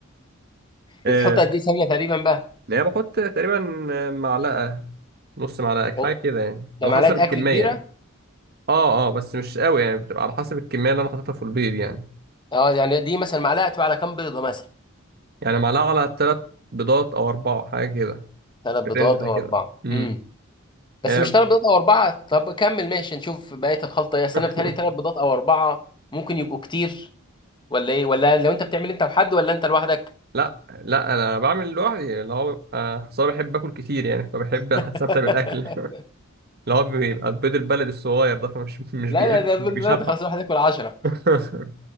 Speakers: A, on the right (about 45°); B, on the left (about 20°).
A: آه،
B: بتحط قد ايه سمنه تقريبا بقى
A: يعني بحط تقريبا آه، معلقه نص معلقه حاجه
B: حط
A: كده يعني
B: ده
A: على
B: معلقه
A: حسب الكميه
B: اكل كبيره
A: يعني اه اه بس مش قوي يعني بتبقى على حسب الكميه اللي انا حاططها في البيض يعني
B: اه يعني دي مثلا معلقه تبقى على كام بيضه مثلا
A: يعني معلقه على ثلاث بيضات او اربعه حاجه كده
B: ثلاث
A: في
B: بيضات
A: الرينج ده
B: او
A: كده
B: اربعه
A: امم
B: امم
A: آه،
B: بس مش ثلاث بيضات او اربعه طب كمل ماشي نشوف بقيه الخلطه ايه اصل
A: <laughs>
B: انا بتهيألي ثلاث بيضات او اربعه ممكن يبقوا كتير ولا ايه ولا لو انت بتعمل انت وحد ولا انت لوحدك
A: لا لا انا بعمل لوحدي اللي هو بيبقى أصل أنا بحب اكل كتير يعني فبحب استمتع
B: <laughs>
A: بالاكل <laughs> اللي هو بيبقى البيض البلد الصغير ده فمش مش
B: لا
A: بياكل
B: لا ده البيض
A: مش
B: البلد
A: بيشبع
B: خلاص الواحد ياكل 10
A: <laughs>